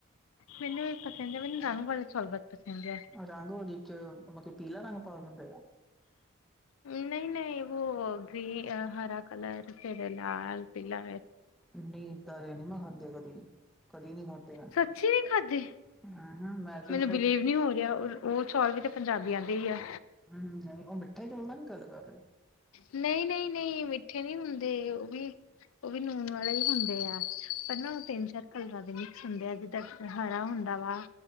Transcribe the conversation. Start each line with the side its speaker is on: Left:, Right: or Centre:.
Left: ਮੈਨੂੰ ਵੀ ਪਸੰਦ ਆ ਮੈਨੂੰ ਰੰਗ ਵਾਲੇ ਚੌਲ ਬੋਤ ਪਸੰਦ ਐ।
Centre: ਰੰਗ ਵਾਲੇ ਚੌਲ ਮਤਲਬ ਪੀਲਾ ਰੰਗ ਪਾ ਦਿੰਦੇ ਆ।
Left: ਨਈ-ਨਈ ਵੋਹ ਗ੍ਰ ਹਰਾ ਕਲਰ ਫਿਰ ਲਾਲ, ਪੀਲਾ
Centre: ਨੀਂ ਇਦਾ ਦੇ ਨੀ ਮੈਂ ਖਾਂਦੇ ਕਦੀ। ਕਦੀ ਨੀ ਥਾਦੇ ਐ,
Left: ਸੱਚੀ ਨੀ ਖਾਧੇ
Centre: ਅਹ ਵੈਸੇ
Left: ਮੈਨੂੰ
Centre: ਸ
Left: ਬਿਲੀਵ ਨਹੀਂ ਹੋ ਰਿਹਾ ਔਰ ਉਹ ਚੌਲ ਵੀ ਤੇ ਪੰਜਾਬੀ ਆਂਦੇ ਈ ਐ।
Centre: ਹਮ ਓ ਮਿੱਠੇ ਚੌਲ ਦਾ ਨੀ ਗੱਲ ਕਰ ਰੇ।
Left: ਨਈ-ਨਈ, ਨਈ ਮਿੱਠੇ ਨੀ ਹੁੰਦੇ ਓਵੀ ਉਹ ਵੀ ਨੂਨ ਆ ਲੇ ਹੁੰਦੇ ਆ ਪਰ ਨਾ ਉਹ ਤਿੰਨ, ਚਾਰ ਕਲਰਾਂ ਦੇ ਮਿਕਸ ਹੁੰਦੇ ਆ ਜਿੱਦਾਂ ਹਰਾ ਹੁੰਦਾ ਵਾ